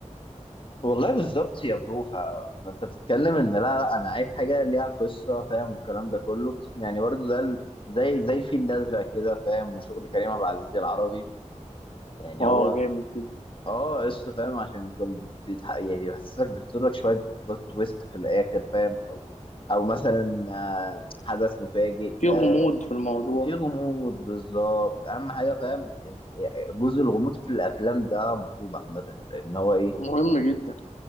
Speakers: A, on the left; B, on the left.
A: والله بالظبط يا برو ف- فانت بتتكلم ان لا لا انا عايز حاجه ليها قصه فاهم والكلام ده كله يعني برضو زي ال- زي زي الفيل الازرق كده فاهم وشغل كريم عبد العزيز العربي يعني
B: <laughs> اه
A: هو
B: جامد جدا
A: اه قصه فاهم عشان كنت بت- بيتح... يعني بيحسسك بيحط لك شويه بلوت تويست في الاخر فاهم او او مثلا آه، حدث مفاجئ
B: في
A: آه،
B: غموض في الموضوع
A: في غموض بالظبط اهم حاجه فاهم إن- يعني جزء الغموض في الافلام ده مطلوب عامه لان هو ايه
B: مهم جدا